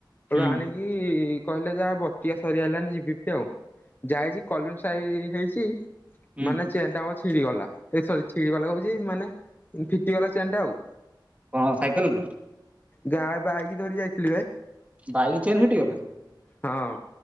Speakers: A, on the right (about 20°); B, on the left (about 25°).
A: ହୁଁ
B: ଆଣିକି କହିଲେ ଯାହା ବ ଟିଆ ସରିଆଲାଣିି ଯିବି ଆଉ ଯାଇଛି କଲମସାଇ ହେଇଛି
A: ହୁଁ
B: ମାନେ ଚେନ୍ ଟା ଆମର ଛିଡି ଗଲା ଏ ସରି ଛିଡି ଗଲା କହୁଛି ମାନେ ଫିଟିଗଲା ଚେନ୍ ଟା ଆଉ
A: କଣ ସାଇକେଲର?
B: ଗାଁ ବାଇକି ଧରି ଯାଇଥିଲି ବେ
A: ବାଇକ ଚେନ୍ ଫିଟିଗଲା?
B: ହଁ।